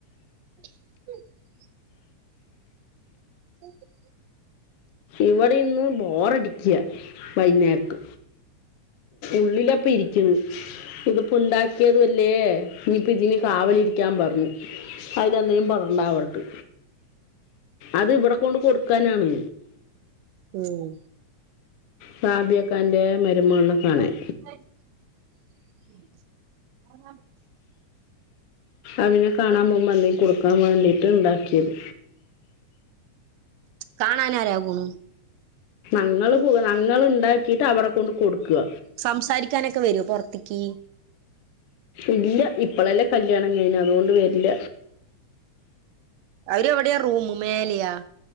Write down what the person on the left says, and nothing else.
ഇവിടെ ഇന്ന് ബോറടിക്കുക വൈുന്നേരത്ത് ഉള്ളിലെ ഇപ്പ ഇരിക്കുന്നു ഇതിപ്പോം ഉണ്ടാക്കിയതുമല്ലേ ഇനിയിപ്പോ ഇതിന് കാവലിരിക്കാൻ പറഞ്ഞു അതിലന്തേും പറണ്ടാവരട്ട് അത് ഇവിടെ കൊണ്ട് കൊടുക്കാനാണ്
സബ്യാക്കാൻ്റെ മരുമോളുനെ കാണാൻ
അവനെ കാണാൻ പോകുമ്പോ അന്തേും കൊടുക്കാൻ വേണ്ടിയിട്ട് ഉണ്ടാക്കിയത്
ങ്ങൾ ഞങ്ങൾ ഉണ്ടാക്കിയിട്ട് അവിടെ കൊണ്ട് കൊടുക്കുക
ഇല്ല ഇപ്പളെല്ലാം കല്യാണം കഴിഞ്ഞ അതുകൊണ്ട് വെരില